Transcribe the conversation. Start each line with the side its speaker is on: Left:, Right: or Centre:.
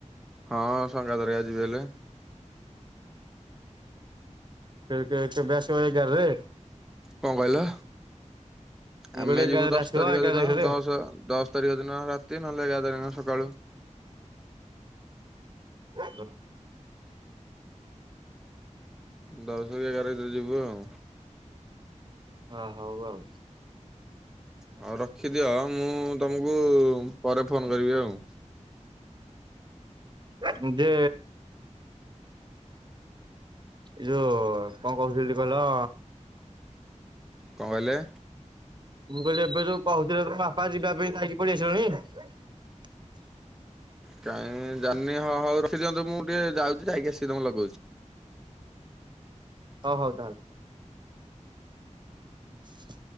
Centre: ହଁ ସଙ୍ଗାତ ହେରିକା ଯିବେ ଏଇଲେ।
Right: କେ-କେ-କେବେ ଆସିବ ଏଗାରରେ?
Centre: କଣ କହିଲ?
Right: ମୁଁ
Centre: ଆମେ
Right: କହିଲି ଏଗାରରେ
Centre: ଯିବୁ ଦଶ
Right: ଆସିବ
Centre: ତାରିଖ
Right: ଏଗାର
Centre: ଦିନ,
Right: ତାରିଖରେ।
Centre: ଦଶ ଦଶ ଦଶ ତାରିଖ ଦିନ ରାତି, ନହେଲେ ଏଗାର ତାରିଖ ଦିନ ସକାଳୁ।
Right: <unintelligible>
Centre: ଦଶ କି ଏଗାର ଭିତରେ ଯିବୁ ଆଉ।
Right: ହଁ ହଉ ଆଉ।
Centre: ହଉ ରଖିଦିଅ ମୁଁ ତମକୁ ପରେ ଫୋନ କରିବି ଆଉ।
Right: ଉଁ ଦେ ଏଇ ଯୋଉ କଣ କହୁଥିଲି କହିଲ?
Centre: କଣ କହିଲେ?
Right: ମୁଁ କହିଲି ଏବେ ଯୋଉ କହୁଥିଲେ ତୋ ବାପା ଯିବା ପାଇଁ ଖାଇକି ପଳେଇ ଆସିବା ପାଇଁ? <inaudible>
Centre: କାଇହିଁ ଜାଣିନି ହଁ ହଉ ରଖିଦିଅନ୍ତ ମୁଁ ଟିକେ ଯାଉଛି ଖାଇକି ଆସି ତମକୁ ଲଗଉଚି।
Right: ହଉ ହଉ ତାହେଲେ। <inaudible>